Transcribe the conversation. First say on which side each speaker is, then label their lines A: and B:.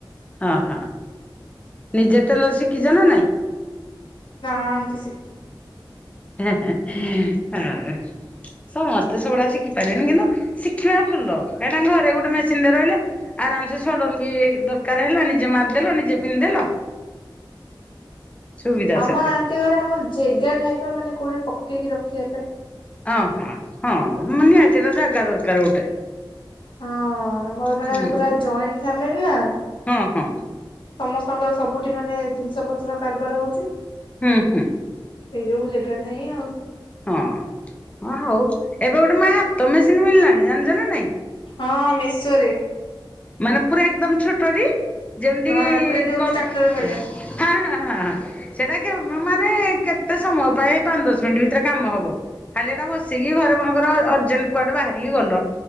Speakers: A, on the left (about 15°); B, on the left (about 75°).
A: ଓ ହଁ ନିଜେ ଟେଲର ଶିଖିଛ ନା ନାଇଁ
B: ନାଁ ଆଣ୍ଟୀ ସେକିି
A: ହେ ହେ ହେ ହଉ ସମସ୍ତେ ସବୁଡାଆ ଶିଖି ପାରିବେନି କିନ୍ତୁ ଶିଖିବା ଭଲ କାହିଁକି ନା ଘରେ ଗୋଟେ ମେସିନରେ ରହିଲେ ଆରାମ ସେେ ସଡ଼ନ ବି ଦରକାର ହେଲା ନିଜେ ମାରିଦେଲ ନିଜେ ପିନ୍ଧିଦେଲ ସୁବିଧା
B: ଆମ
A: ସେଟା
B: ଆଣ୍ଟି ଘରେ ଆମର ଯେଗା ନାଇଁ ମାନେ କୋଉଠି ପକେଇକି ରଖିବା ପାଇଁ
A: ଓହୋ ହଁ ନିହାତିଟା ଜାଗା ଦରକାର ଗୋଟେ
B: ହଁ ଆମର ମାନେ
A: ହୁଁ
B: ପୁରା ଜଏଣ୍ଟ ଫାମିଲି ନା
A: ହଁ ହଁ
B: ସମସ୍ତଙ୍କର ସବୁଠି ମାନେ ଜିନିଷ ପତ୍ର କାରବାର ହଉଛି।
A: ହୁଁ ହୁଁ
B: ସେଇ ଯୋଉୁ ଜାଗା ନାହିଁ ଆଉ
A: ହଁ ହଁଁ ହଉ ଏବେ ଗୋଟେ ମା ହାତ ମେସିନ୍ ମିଳିଲାଣି ଜାଣିଛ ନା ନାଇ
B: ହଁ ମେଶୋ ରେ
A: ମାନେ ପୁରା ଏକଦମ୍ ଛୋଟଟି ଯେମିତି
B: ହଁ
A: କି
B: ପୁରା ଯୋଉ
A: କମ୍
B: ଷ୍ଟାପଲର ଭଳିଆ।
A: ହଁ ହଁ ହଁଁ ସେଟା କେମା ମାନେ କେତେ ସମୟ ପାଇଁ ପାଞ୍ଚ ଦଶ ମିନିଟ ଭିତରେ କାମ ହବ। ଖାଲି ଏଟା ବସିକି ଘରେ ମନେ କର ଅର୍ଜେଣ୍ଟ କୁଆଡେ ବାହାରିକି ଗଲ।